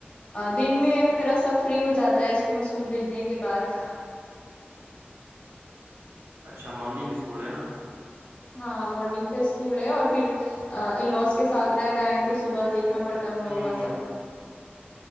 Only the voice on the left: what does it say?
دن میں میرا سب فری ہو جاتا ہے اسکول اسکول بھیجنے کے بعد <inaudible>
ہاں مارننگ پ اسکول ہے اور پھر ان لوز کے ساتھ رہنا ہے تو صبح دیکھ نا پڑتا ہے ان لوگوں
کا
سب